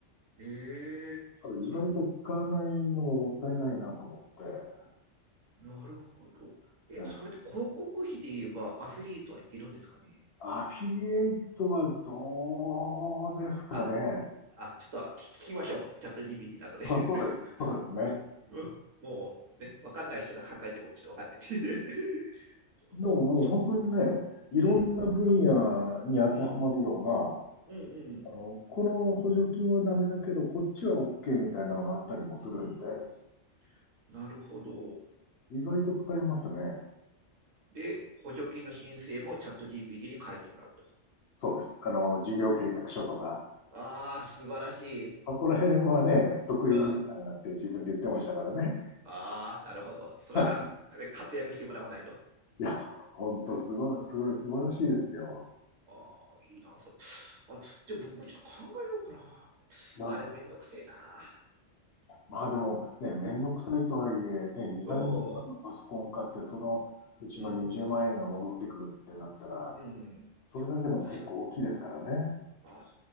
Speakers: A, on the right (about 80°); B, on the left (about 65°).
A: ええその、
B: から意外と使わないのももったいないなと思って、
A: うん、なるほど。え、
B: ね
A: それって広告費で言えばアフィリエイトはいけるんですかね
B: アフィリエイトはどうですかね。
A: あ、あ、ちょっとあ聞き聞きましょう。チャット GPT の後で。
B: あ、
A: <laughs>
B: そうですね、そうですね。
A: うんうんもうね、わかんない人が考えてもちょっとわかんないんで。<laughs>
B: でももう本当にね、
A: そ
B: いろんな分野に当てはまるような、
A: う、うん、うん、うん、
B: あの、この補助金はダメだけど、こっちは OK みたいなのがあったりもするんで、
A: うん、うーん、なるほど。
B: 意外と使えますね。
A: で、補助金の申請もチャット GPT に書いてもらうと。
B: そうです。あの、事業計画書とか、
A: ああ、素晴らしい。
B: そこら辺はね、得意分野だって自分で言ってましたからね。
A: うん。ああ、なるほど。そら、
B: <laughs>
A: ね活躍してもらわないと。
B: いや、本当すごい、
A: <laughs>
B: すごい、素晴らしいですよ。
A: ああ、いいな、それ。あ、でも僕もちょっと考えようかな。
B: な、
A: あれ、でもめんどくせえな。
B: まあでもね、めんどくさいとはいえ、ね、2、30万のパソコン買って、
A: <laughs> おお
B: そのうちの20万円が戻ってくるってなったら、
A: うん、うん。
B: それだけでも結構大きいですからね。
A: あ確かに。あ、